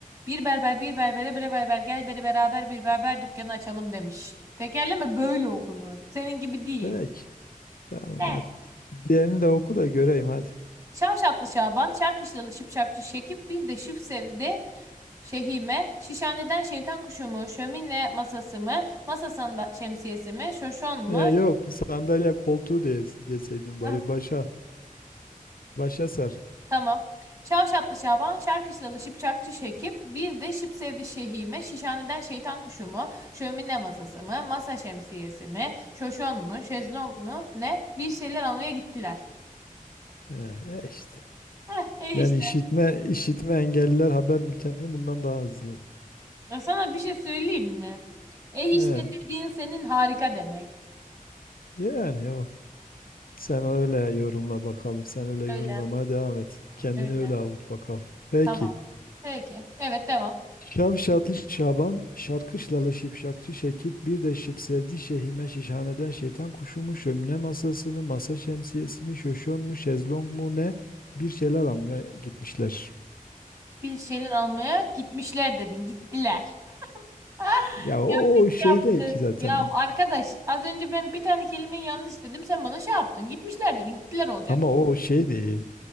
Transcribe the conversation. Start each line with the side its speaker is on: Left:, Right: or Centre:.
Right: Bir berber bir berbere bire berber gel beri beraber bir berber dükkanı açalım demiş. Tekerleme böyle okunur. Senin gibi değil.
Left: Peki. Tamam
Right: Evet.
Left: hadi. Diğerini de oku da göreyim hadi.
Right: Şavşatlı Şaban, Çarkışlalı Şıpşakçı Şekip, bir de Şif sevdi Şehime, Şişhaneden şeytan kuşu mu, şömine masası mı, masasında şemsiyesi mi, şoşon mu?
Left: Ee, yok sandalye koltuğu diye, deseydin bari
Right: <laughs>
Left: başa başa sar.
Right: Tamam. Şavşatlı Şaban, Şarkışlalı Şipşakçı Şekip, bir de Şıp Sevdi Şehime, Şişhaneden Şeytan Kuşu mu, Şömine Masası mı, Masa Şemsiyesi mi, Şoşon mu, Şezlong mu, ne? Bir şeyler almaya gittiler.
Left: Ee, e işte.
Right: Heh, eh
Left: Yani
Right: işte.
Left: işitme işitme engelliler haber bülteni bundan daha hızlı.
Right: Ya sana bir şey söyleyeyim mi? Eh
Left: Ee,
Right: işte dediğin senin harika demek.
Left: yani o. Sen öyle yorumla bakalım. Sen öyle yorumlamaya
Right: Öyle,
Left: devam et. Kendini
Right: öyle.
Left: öyle avut bakalım. Peki.
Right: Tamam. Peki. Evet, devam.
Left: Şavşatlı Şaban, şarkışlalı şipşakçı Şekip, bir de şıp sevdi şehime şişhaneden şeytan kuşu mu, şömine masası mı, masa şemsiyesi mi, şoşon mu, şezlong mu ne, bir şeyler almaya gitmişler.
Right: Bir şeyler almaya gitmişler dedin, gittiler. <laughs>
Left: Ya o, o şey
Right: yaptık.
Left: değil ki zaten
Right: Ya
Left: o.
Right: arkadaş az önce ben bir tane kelimeyi yanlış dedim sen bana şey yaptın. Gitmişler dedin. Gittiler olacak.
Left: Ama o o şey değil.